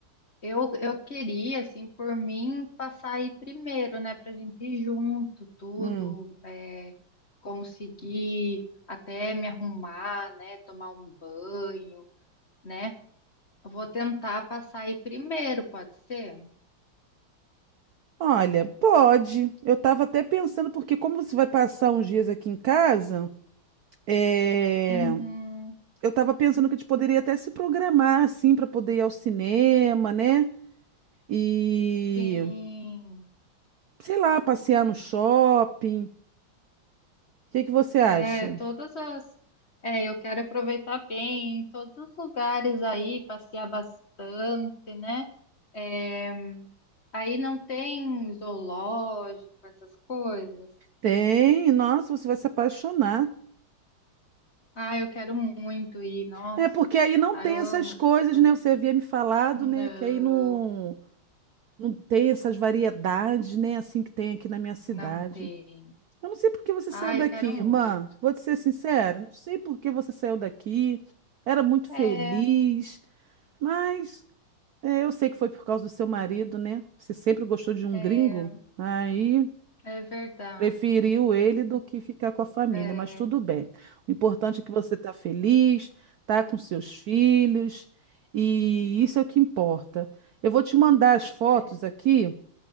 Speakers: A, on the left; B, on the right.
A: eu, eu queria, assim, por mim, passar aí primeiro, né, pra gente ir junto, tudo,
B: Hum.
A: é, conseguir até me arrumar, né, tomar um banho, né? Eu vou tentar passar aí primeiro, pode ser?
B: Olha, pode. Eu estava até pensando, porque como você vai passar uns dias aqui em casa É,
A: Uhum,
B: eu estava pensando que a gente poderia até se programar assim para poder ir ao cinema, né? E
A: sim.
B: sei lá, passear no shopping. O que que você acha?
A: É, todas as. É, eu quero aproveitar bem todos os lugares aí, passear bastante, né? É, Aí não tem zoológico, essas coisas.
B: Tem, nossa, você vai se apaixonar.
A: Ah, eu quero muito ir, nossa.
B: É porque aí não
A: Ah,
B: tem
A: eu
B: essas
A: amo essas
B: coisas,
A: coisas.
B: né? Você havia me falado,
A: Não,
B: né? Que aí não, não tem essas variedades, né? Assim que tem aqui na minha cidade.
A: não tem.
B: Eu não sei por que você
A: Ah,
B: saiu daqui,
A: eu quero
B: irmã.
A: muito.
B: Vou te ser sincera, não sei por que você saiu daqui. Era muito feliz.
A: É,
B: Mas é, eu sei que foi por causa do seu marido, né? Você sempre gostou de um
A: é,
B: gringo, aí
A: é verdade.
B: preferiu ele do que ficar com a família,
A: É,
B: mas tudo bem. O importante é que você está feliz, está com seus filhos, e isso é o que importa. Eu vou te mandar as fotos
A: é.
B: aqui